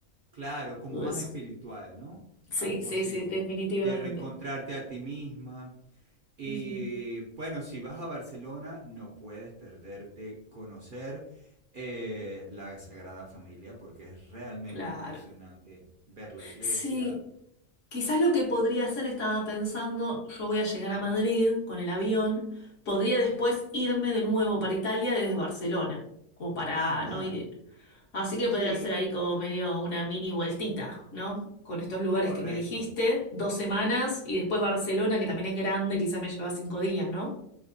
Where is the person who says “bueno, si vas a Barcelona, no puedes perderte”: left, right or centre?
Right